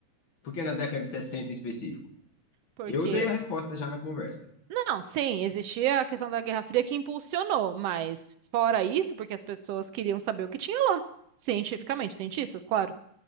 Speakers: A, on the left (about 45°); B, on the right (about 75°).
A: Por que na década de 60 em específico?
B: porque
A: Eu dei a resposta já na conversa.
B: não, sim, existia a questão da Guerra Fria que impulsionou, mas fora isso, porque as pessoas queriam saber o que tinha lá, cientificamente, cientistas, claro.